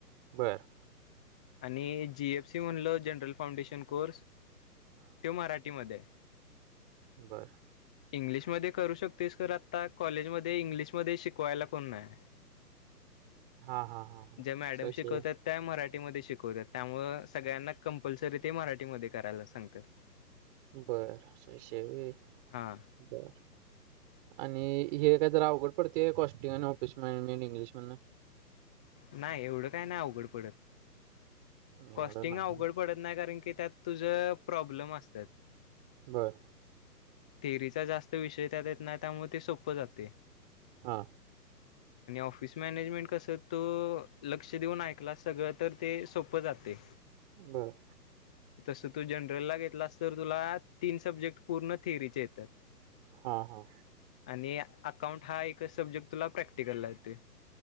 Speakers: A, on the right (about 30°); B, in the centre.
A: बर.
B: आणि, जी एफ सी म्हणलो जनरल फाउंडेशन कोर्स. त्यो मराठीमध्ये ये.
A: बरं
B: इंग्लिशमध्ये करू शकतोयस, खरं आता कॉलेजमधे इंग्लिशमध्ये शिकवायला कोण नाय.
A: हां, हां, हां, हां
B: ज्या मॅडम
A: असा विषय
B: शिकवत्यात त्या मरा ठी मधे शिकवत्यात त्यामुळं, सगळ्यांना कंपलसरी ते मराठीमध्ये करायला सांगत्यात.
A: बर असा विषय हाय, व्हय
B: हा
A: बर आणि हे काय जरा अवघड पडतय व्हय कॉस्टींग आणि ऑफिस मॅनेजमेंट इंग्लिश मधन.
B: नाही एवढं काय नाही. अवघड पडत
A: एवढं
B: कॉस्टिंग
A: नाही.
B: अवघड पडत नाही कारण की, की त्यात तुझ प्रॉब्लेम असत्यात.
A: बर.
B: थेअरीचा जास्त विषय त्यात येत नाही, त्यामुळे ते सोपं जातय.
A: हा.
B: आणि ऑफिस मॅनेजमेंट कस, तो लक्ष देऊन ऐकला सगळं तर ते सोप प जातय.
A: बर
B: तसं तू जनरल ला घेतलास तर, तुला तीन सब्जेक्ट पूर्ण थेअरीचे येत्यात.
A: हा हा.
B: आणि अकाउंट हा एकच सब्जेक्ट तुला प्रॅक्टिकला येतोय.